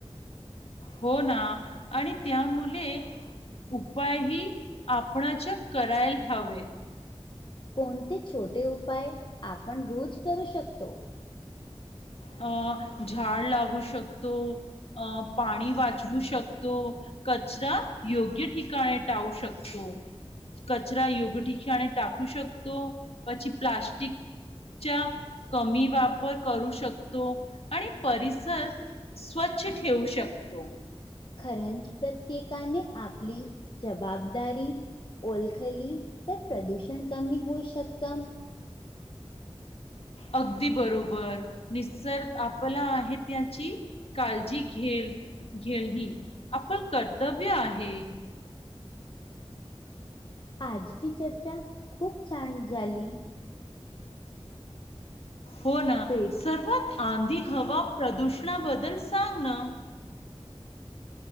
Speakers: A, on the left; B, on the left.
A: हों नां. आणि त्यामुले - उपायंही आपणच करायला हवेतं.
B: कोणंते छोटे उपाय आपणं रोज करू शकतों?
A: आं. झाडं लावू शकतो. आं. पाणी वाचंवू शकतों. कचंरां योग्य ठिकाणी टावू शकतो. कचरां योगं ठिकाणे टाकू शकतो. त्याची प्लास्टिकं- च्यां कमी वापर- करूं शकतो. आणि परिसर स्वंच्छ ठेंवू शकतो.
B: खरंजं प्रत्येकाने आपली जबाबदारी - ओलंखली तर प्रदूषण कमी होऊ शकतं.
A: अगंदी बरोबर निसरं आपलां आहे त्याची कालजी घे - घेंळ ही आपल कर्तव्य आहे.
B: आजची चर्चा खूपं छानं झाली.
A: हों नां
B: भेट
A: सर्वात आंधीं हवा प्रदूषणांबद्दल सांग नां.